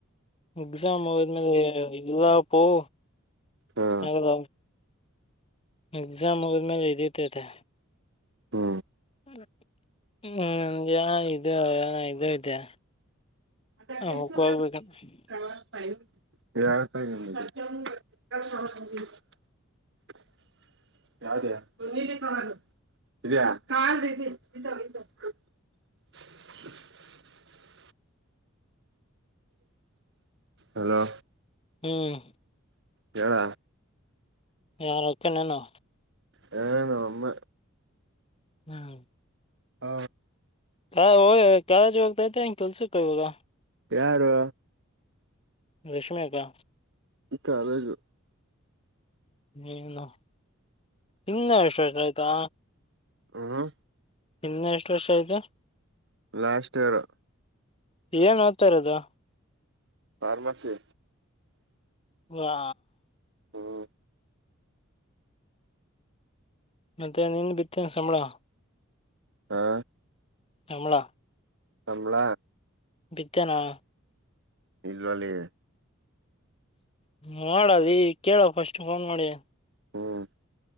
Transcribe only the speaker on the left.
ಎಕ್ಸಾಮ್ ಮುಗುದ್ಮೇಲೆ ಇದ ಓಹೋ
ಹೌದ ಎಕ್ಸಾಮ್ ಮುಗುದ್ಮೇಲೆ ಇದೆತಿತೆ
ಹ್ಮ್ನ್ ಇ ಇದ ಇದತೆ <unintelligible>
ಹಾ ಹಕ್ಕೋಗ್ಬೇಕಂತ <unintelligible>
ಹ್ಮ್
ಯಾರ ಹಾಕಿನೆ ಅನು
ಹ್ಮ್
ಕಾ ಹ ಕಾಲೇಜು ಹೋಗ್ತ ತೈತೆ ಹೆಂಗೆ ಕೆಲಸಕ್ಕೆ ಇವಾಗ
ರೇಷ್ಮೆ ಅಕ್ಕ
ಏನು ನಿನ್ನ ಎಷ್ಟ ಆಯ್ತಾ
ಇನ್ನ ಎಷ್ಟು ವರ್ಷ ಐತಿ
ಏನ್ ಓದತಾ ಇರೋದು
ಹಾ
ಮತ್ತೆ ನಿನ್ ಬಿತ್ತ ಏನ ಸಂಬಳ
ಸಂಬಳ
ಬಿತ್ಯಾನ
ಮಾಡದೆ ಕೇಳ ಫಸ್ಟ್ ಫೋನ್ ಮಾಡಿ